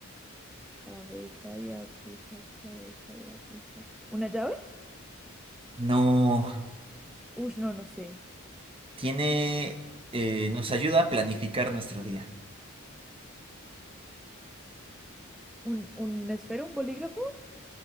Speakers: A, in the centre; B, on the right.
A: Cabeza y agujas, cabeza y agujas. ¿Una llave?
B: No,
A: Uy, no, no sé.
B: tiene... eh, nos ayuda a planificar nuestro día.
A: ¿Un, un esfero, un bolígrafo?